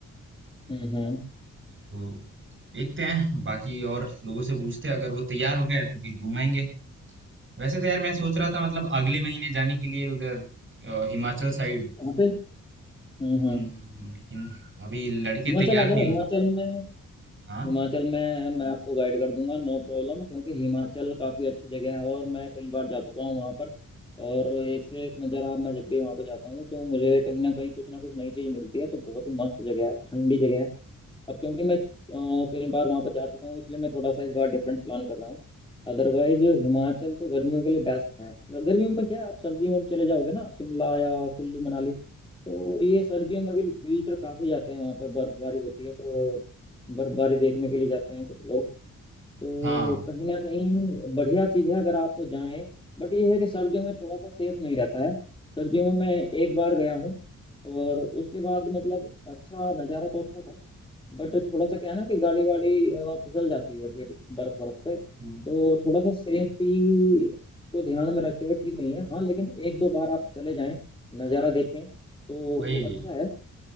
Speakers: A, on the left (about 15°); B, on the right (about 40°).
A: हम्म हम्म
B: तो देखते हैं बाकी और लोगों से पूछते हैं अगर वो तैयार हो गए तो फिर घुमाएंगे वैसे तो यार मैं सोच रहा था मतलब अगले महीने जाने के लिए उधर अ, हिमाचल साइड
A: कहाँ पे हम्म
B: लेकिन
A: हम्म
B: लेकिन अभी लड़के
A: हिमाचल
B: तैयार
A: आ जाओ
B: नहीं
A: हिमाचल
B: हुए
A: में
B: हाँ
A: हिमाचल में मैं आपको गाइड कर दूंगा नो प्रॉब्लम क्योंकि हिमाचल काफ़ी अच्छी जगह है और मैं कई बार जा चुका हूँ वहाँ पर और एक से एक नज़ारा मैं जब भी वहाँ पे जाता हूँ तो मुझे कहीं ना कहीं कुछ ना कुछ नई चीज़ मिलती है तो बहुत ही मस्त जगह है ठंडी जगह है अब क्योंकि मैं अ, कई बार वहां पर जा चुका हूँ इसलिए मैं थोड़ा सा इस बार डिफरेंट प्लान कर रहा हूँ अदरवाइज हिमाचल तो गर्मियों के लिए बेस्ट है गर्मियों में क्या आप सर्दियों में भी चले जाओगे ना शिमला या कुल्लू मनाली तो ये सर्दियों में भी विजिटर काफी जाते हैं वहाँ पे बर्फबारी होती है तो बर्फबारी देखने के लिए जाते हैं कुछ लोग तो
B: हाँ
A: कहीं ना कहीं बढ़िया चीज है अगर आप जाएं बट ये है कि सर्दियों में थोड़ा सा सेफ नहीं रहता है सर्दियों में मैं एक बार गया हूँ और उसके बाद मतलब अच्छा नज़ारा तो अच्छा था बट थोड़ा सा क्या है ना कि गाड़ी वाड़ी अ, फिसल जाती है फिर बर्फ बर्फ पे तो
B: वो-
A: थोड़ा सा सेफ्टी को ध्यान में रखते हुए ठीक नहीं है हाँ लेकिन एक दो बार आप चले जाएं नज़ारा देखें तो
B: वही
A: वो अच्छा है